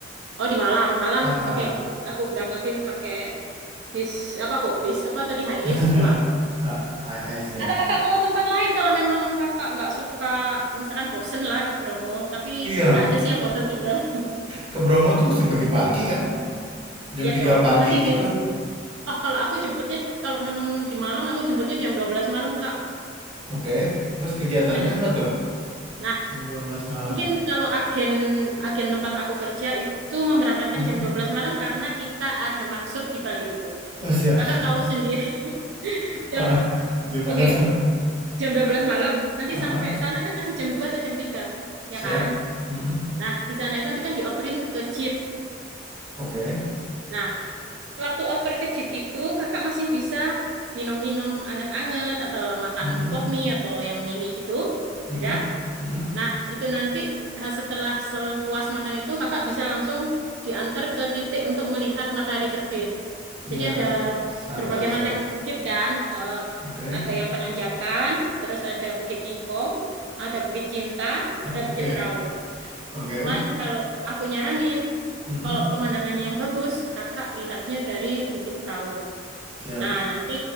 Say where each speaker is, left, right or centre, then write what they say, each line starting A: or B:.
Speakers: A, on the right; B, on the right.
A: oh di Malang Malang
B: Ah,
A: oke ki- aku berangkatin pakai bis apa kok bis apa tadi high
B: <laughs>
A: S 2
B: H S ya.
A: atau kakak mau tempat lain kalau memang kakak nggak suka misalkan bosen lah ke Bromo tapi
B: Iya,
A: nggak ada sih yang bosen ke Bromo
B: ke Bromo tuh mesti pagi-pagi kan? Jam
A: <laughs> iya
B: 3
A: dong
B: pagi
A: nanti
B: gitu.
A: bis- oh kalau aku jemputnya kalau memang di Malang aku jemputnya jam 12 malam kak
B: Oke, terus kegiatannya
A: kan
B: apa tuh?
A: nah,
B: Jam 12 malam.
A: Mungkin kalau agen agen tempat aku kerja itu memerangkatkan
B: Mm-mm.
A: jam 12 malam karena kita ada maksud di balik itu.
B: Oh, siap.
A: Kakak
B: <laughs>
A: tahu sendiri. <laughs> Jam,
B: Ah, Gimana
A: oke,
B: tuh?
A: jam 12 malam. Nanti
B: Ah,
A: sampai
B: ah.
A: sana kan masih jam 2 atau jam 3,
B: Siap.
A: ya kan?
B: Mm-mm.
A: Nah, di sana itu nanti kan dioperin ke jeep.
B: Oke.
A: Nah, waktu oper ke jeep itu kakak masih bisa minum-minum anget-anget atau makan
B: Mm-mm.
A: pop mie atau yang mimi gitu.
B: Mm-mm,
A: Sudah?
B: mm-mm.
A: Nah, itu nanti eh, setelah sel- puas makan itu kakak bisa langsung diantar ke titik untuk melihat matahari terbit. Jadi
B: Ya,
A: ada
B: sunrise
A: berbagai macam
B: ya.
A: bukit kan, eh,
B: Oke,
A: ada yang penanjakan, terus ada Bukit Kingkong, ada Bukit Cinta, ada
B: <laughs>
A: Bukit
B: oke,
A: Perahu.
B: oke.
A: Cuman kalau aku nyaranin,
B: Mm-mm,
A: kalau pemandangannya yang bagus, kakak lihatnya dari Bukit Perahu.
B: Siap.
A: Nah, nanti